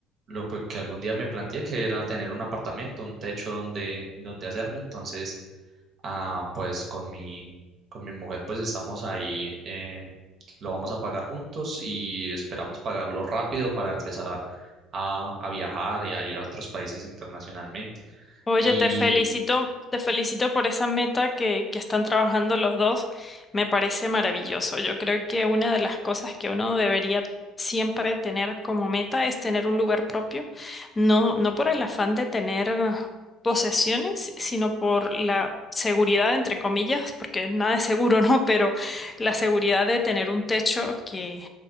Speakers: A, on the right; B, on the left.
A: lo pe- que algún día me planteé, que era tener un apartamento, un techo donde, donde hacerme. Entonces, ah, pues con mi, con mi mujer pues estamos ahí, eh, lo vamos a pagar juntos y esperamos pagarlo rápido para empezar a, a, a viajar y a ir a otros países internacionalmente.
B: Oye,
A: Y
B: te felicito, te felicito por esa meta que, que están trabajando los dos. Me parece maravilloso. Yo creo que una de las cosas que uno debería siempre tener como meta es tener un lugar propio, no, no por el afán de tener posesiones, sino por la seguridad, entre comillas, porque nada es seguro, ¿no? Pero la seguridad de tener un techo que,